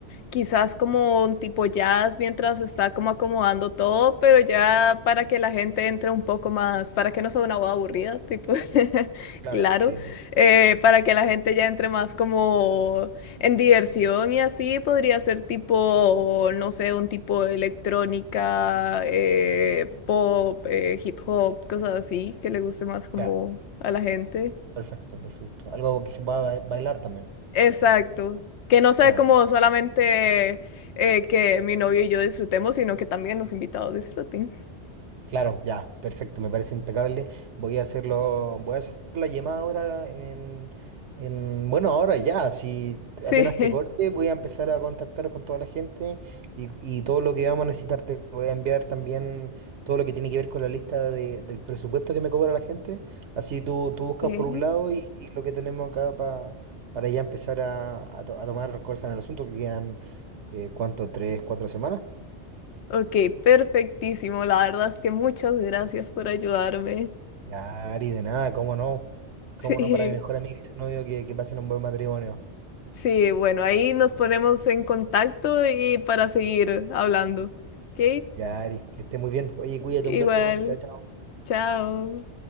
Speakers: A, on the left (about 75°); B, on the right (about 80°).
A: quizás como un tipo jazz mientras está como acomodando todo, pero ya para que la gente entre un poco más, para que no sea una boda aburrida, tipo, <laughs>
B: Claro,
A: claro,
B: sí, entiendo.
A: eh, para que la gente ya entre más como en diversión y así podría ser tipo, no sé, un tipo de electrónica, eh, pop, eh, hip hop, cosas así, que le guste más como
B: Ya,
A: a la gente.
B: perfecto, perfecto. Algo que se pueda ba- bailar también.
A: Exacto. Que no sea
B: Ya,
A: como solamente eh, que mi novio y yo disfrutemos, sino que también los invitados disfruten.
B: Claro, ya, perfecto, me parece impecable. Voy a hacerlo, voy a hacer la llamada ahora en, en, bueno, ahora ya, si
A: Sí.
B: apenas te corte, voy a empezar a contactar con toda la gente y, y todo lo que vamos a necesitar. Te voy a enviar también todo lo que tiene que ver con la lista de- del presupuesto que me cobra la gente. Así tú, tú buscas
A: <laughs>
B: por un lado y, y lo que tenemos acá pa- para ya empezar a, a to- a tomar cosas en el asunto que quedan, eh, ¿cuánto? ¿Tres, cuatro semanas?
A: Ok, Ok, perfectísimo. La verdad es que muchas gracias por ayudarme.
B: Ya, Ari, de nada, cómo no. Cómo
A: <laughs> Sí.
B: no para mi mejor amigo y su novio que, que pasen un buen matrimonio.
A: Sí, bueno, ahí nos ponemos en contacto y para seguir hablando. ¿Ok?
B: Ya, Ari, que esté muy bien. Oye, cuídate,
A: Igual,
B: un beso. Chao, chao.
A: chao.